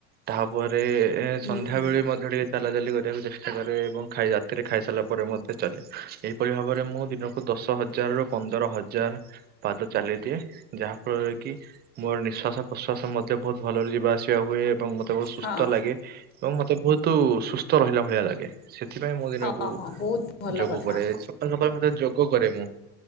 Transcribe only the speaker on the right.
ତାପରେ ଏ ସନ୍ଧ୍ୟା
ବେଳେ ମଧ୍ୟ ଟିକେ ଚାଲା ଚାଲି କରିବାକୁ ଚେଷ୍ଟା କରେ ଏବଂ ଖାଇ ରାତିରେ ଖାଇସାରିଲା ପରେ ମଧ୍ୟ ଚାଲେ ଏହିପରି ଭାବରେ ମୁଁ ଦିନକୁ କୁ ଦଶ ହଜାର ରୁ ପନ୍ଦର ହଜାର ପାଦ ଚାଲି ଦିଏ ଯାହା ଫଳରେ କି ମୋର ନିଶ୍ଵାସ ପ୍ରସ୍ୱାସ ମଧ୍ୟ ବହୁତ ଭଲରେ ଯିବାଆସିବା ହୁଏ ଏବଂ ତେ ବହୁତ ସୁସ୍ଥ
ଲାଗେ ଏବଂ ମତେ ବହୁତ ସୁସ୍ଥ ରହିଲା ଭଳିଆ ଲାଗେ। ସେଥିପାଇଁ ମୁଁ ଦିନକୁ
ଯୋଗ
କରେ ସକାଳୁ ସକାଳୁ ମତେ ଯୋଗ କରେ ମୁଁ।